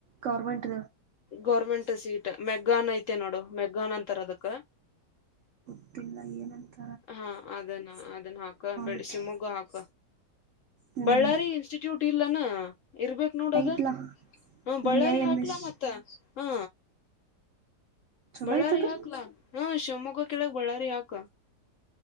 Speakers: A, on the right; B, on the left.
A: ಗೌರ್ಮೆಂಟ್
B: ಗೌರ್ಮೆಂಟ್ ಸೀಟ್ ಮೆಗ್ಗಾನ್ ಐತೆ ನೋಡು ಮೆಗ್ಗಾನ್ ಅಂತಾರ ಅದಕ್ಕ
A: ತ್ತಿಲ್ಲ ಏನಂತ
B: ಹಾ ಅದನ್ನ ಅದನ್ನ ಹಾಕ ಬೇಡ್
A: ಐತಿ
B: ಶಿಮೊಗ್ಗ ಹಾಕ
A: ಹ್ಮ್
B: ಬಳ್ಳಾರಿ ಇನ್ಸ್ಟಿಟ್ಯೂಟ್ ಇಲ್ಲನಾ ಇರ್ಬೇಕ ನೋಡದ
A: ಐತ್ಲಾ
B: ಹ ಬಳ್ಳಾರಿ
A: ವಿ ಐ ಎಂ
B: ಹಾಕ್ಲಾ
A: ಎಸ್
B: ಮತ್ತ ಹಾ
A: ಚಲೋ
B: ಬಳ್ಳಾರಿ
A: ಐತದು
B: ಹಾಕ್ಲ ಹ ಶಿವಮೊಗ್ಗ ಕೆಳಗ್ ಬಳ್ಳಾರಿ ಹಾಕ